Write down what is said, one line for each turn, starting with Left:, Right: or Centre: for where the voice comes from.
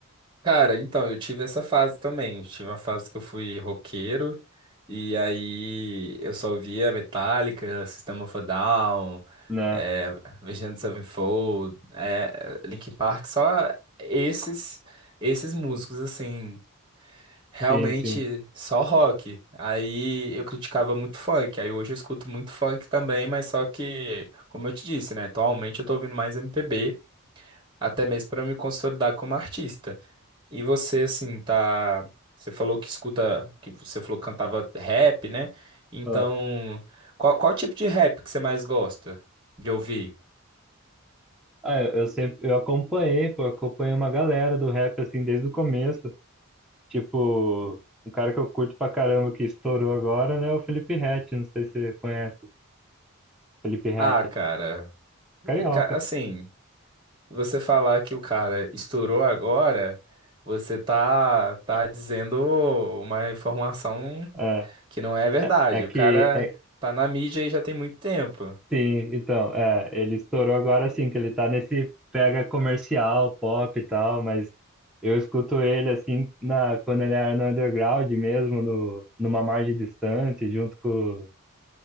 Right: Cara, então, eu tive essa fase também. Eu tive uma fase que eu fui roqueiro, e aí eu só ouvia Metallica, System of a Down,
Centre: Né?
Right: é, Avenged Sevenfold, é, Linkin Park, só esses, esses músicos, assim. realmente
Centre: Sim, sim.
Right: só rock. Aí eu criticava muito funk. Aí hoje eu escuto muito funk também, mas só que, como eu te disse, né? Atualmente eu tô ouvindo mais MPB, até mesmo pra me consolidar como artista. E você, assim, tá. Você falou que escuta, que você falou que cantava rap, né? Então,
Centre: Ó.
Right: qual, qual tipo de rap que você mais gosta de ouvir?
Centre: Ah, eu, eu sempre, eu acompanhei, pô, eu acompanhei uma galera do rap, assim, desde o começo. Tipo, um cara que eu curto pra caramba que estourou agora, né, é o Felipe Ret, não sei se você conhece. Felipe Ret,
Right: Ah, cara,
Centre: carioca.
Right: é, ca- assim. Você falar que o cara estourou agora, você tá, tá dizendo uma informação
Centre: É,
Right: que não é verdade.
Centre: é, é que
Right: O cara
Centre: é,
Right: tá na mídia aí já tem muito tempo.
Centre: Sim, então, é, ele estourou agora assim, que ele tá nesse pega comercial, pop e tal, mas eu escuto ele assim na, quando ele era no underground mesmo, no, numa margem distante, junto com,